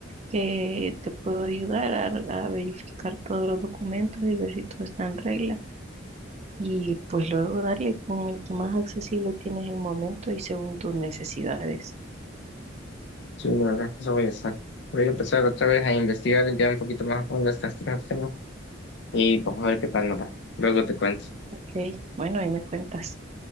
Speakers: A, on the right; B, on the left.
A: que te pueda ayudar a, a verificar todos los documentos y ver si todo está en regla. Y pues luego darle con el que más accesible tienes el momento y según tus necesidades.
B: Sí, la verdad eso voy a estar. Voy a empezar otra vez a investigar ya un poquito más a fondo estas tres tengo y pues a ver qué tal nota. Luego te cuento.
A: Ok, bueno, ahí me cuentas.